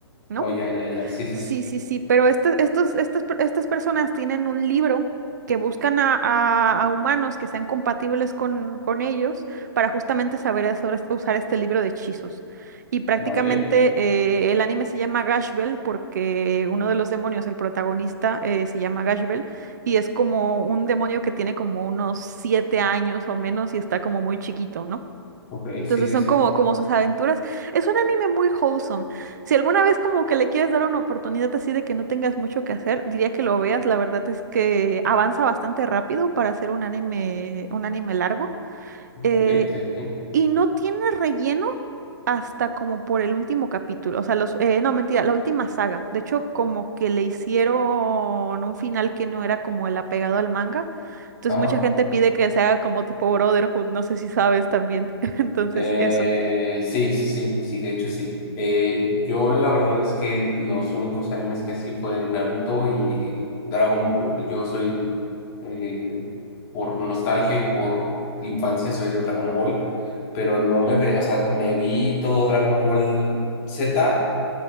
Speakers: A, on the right; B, on the left.
A: ¿no?
B: Oh, ya, ya, ya. Sí, sí,
A: Sí,
B: sí.
A: sí, sí, pero estas, estos, estas, per- estas personas tienen un libro que buscan a, a- a humanos que sean compatibles con, con ellos para justamente saber hacer- usar este libro de hechizos. Y prácticamente
B: Vale.
A: eh, el anime se llama Gash Bell porque uno de los demonios, el protagonista, eh, se llama Gash Bell y es como un demonio que tiene como unos siete años o menos y está como muy chiquito, ¿no?
B: Ok,
A: Entonces
B: sí, sí,
A: son
B: sí.
A: como, como sus aventuras. Es un anime muy wholesome. Si alguna vez como que le quieres dar una oportunidad así de que no tengas mucho que hacer, diría que lo veas. La verdad es que avanza bastante rápido para hacer un anime, un anime largo.
B: Vale,
A: eh,
B: sí.
A: y no tiene relleno hasta como por el último capítulo. O sea, los, eh, no, mentira, la última saga. De hecho, como que le hicieron un final que no era como el apegado al manga. Entonces
B: Ah.
A: mucha gente pide que se haga como tipo Brotherhood. No sé si sabes también. <laughs> Entonces,
B: Eh,
A: eso.
B: sí, sí, sí, sí, de hecho sí. Eh, yo la verdad es que los únicos animes que así fue Naruto y Dragon Ball. Yo soy, eh, por nostalgia y por infancia, soy de Dragon Ball, pero no me ve, o sea, me vi todo Dragon Ball Z